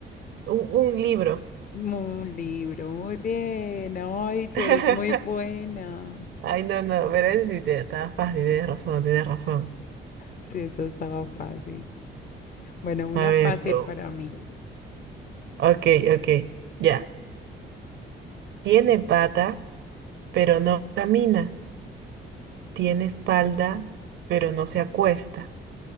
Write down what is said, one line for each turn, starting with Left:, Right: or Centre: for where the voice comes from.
Right: Un, un libro.
Left: Un libro, muy bien. Ay, tú
Right: <laughs>
Left: eres muy buena.
Right: Ay, no, no. Pero ese sí te está fácil. Tienes razón, tienes razón.
Left: Sí, eso estaba fácil. Bueno, una
Right: A ver.
Left: fácil
Right: oh,
Left: para mí.
Right: Ok, ok. Ya. Tiene pata, pero no camina. Tiene espalda, pero no se acuesta.